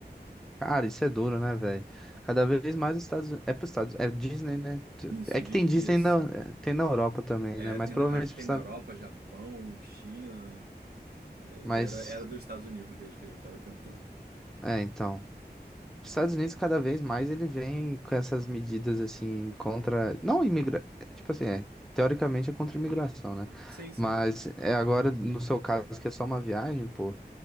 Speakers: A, in the centre; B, on the right.
A: Cara, isso é duro, né, velho? Cada vez mais os Estados Unidos. É pros Estados É Disney, né?
B: Isso
A: É que
B: diz
A: tem Disney
B: isso.
A: na... tem na Europa também,
B: É,
A: né? Mas
B: tem,
A: provavelmente.
B: na- tem
A: os Estados-
B: na Europa, Japão, China, mas
A: Mas.
B: era era dos Estados Unidos mesmo que a gente tava tentando.
A: É, então. Os Estados Unidos, cada vez mais, ele vem com essas medidas, assim, contra. Não imigra... Tipo assim, é. Teoricamente é contra a imigração, né?
B: Sim, sim.
A: Mas é agora, no seu caso, que é só uma viagem, pô.